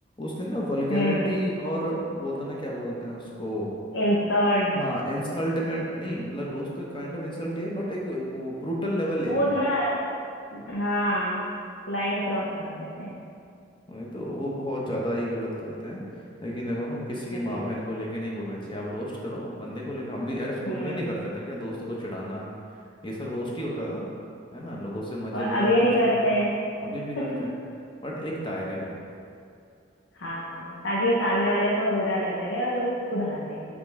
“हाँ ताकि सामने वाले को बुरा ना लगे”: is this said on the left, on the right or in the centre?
Left